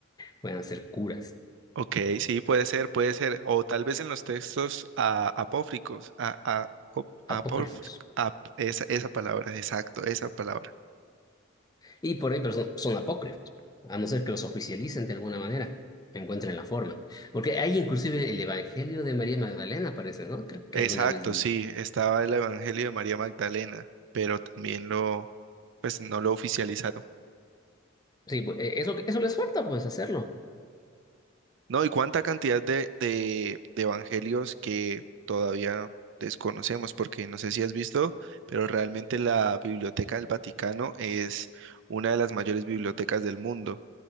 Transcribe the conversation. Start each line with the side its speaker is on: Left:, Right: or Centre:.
Left: puedan ser curas,
Right: Ok, sí, puede ser, puede ser. O tal vez en los textos a- apócrifos, a, a- co- apócrif-
Left: apócrifos.
Right: ap- esa, esa palabra, exacto, esa palabra.
Left: Y por ahí, pero son, son apócrifos, a no ser que los oficialicen de alguna manera, encuentren la forma. Porque hay inclusive el Evangelio de María Magdalena, parece, ¿no? Creo que
Right: Exacto,
Left: alguna vez vi.
Right: sí, estaba el Evangelio de María Magdalena, pero también lo, pues no lo oficializaron.
Left: Sí, pues, eh, eso, eso les falta, pues, hacerlo.
Right: No, y cuánta cantidad de, de, de evangelios que todavía desconocemos, porque no sé si has visto, pero realmente la Biblioteca del Vaticano es una de las mayores bibliotecas del mundo